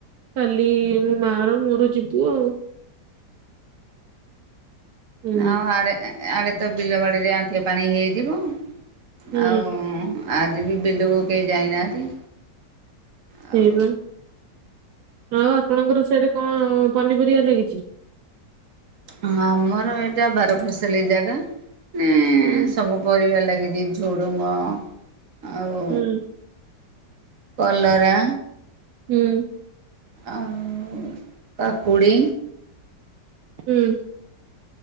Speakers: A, on the right (about 70°); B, on the right (about 50°).
A: କାଲି ମା ର ମୋର ଯିବୁ ଆଉ। ହୁଁ
B: ଆଉ ଆଡେ ଏ ଏ ଆଡେ ତ ବିଲ ବାଡିରେ ଆଣ୍ଠିଏ ପାଣି ହେଇଥିବ।
A: ହୁଁ
B: ଆଉ ଉଁ ଆଜି ବି ବିଲୁକୁ କେହି ଯାଇନାହାନ୍ତି। ଆଉ
A: ସେଇ ବା ଆଉ ଆପଣଙ୍କର ସିଆଡେ କଣ ପନିପରିବା ଲାଗିଛି?
B: ହଁ ଆମର ଏଇଟା ବାର ଫସଲି ଜାଗା। ଉଁ
A: ହୁଁ
B: ସବୁ ପରିବା ଲାଗିଛି ଝୁଡ଼ୁଙ୍ଗ ଆଉ
A: ହୁଁ
B: କଲରା
A: ହୁଁ।
B: ଆଉ କାକୁଡ଼ି
A: ହୁଁ।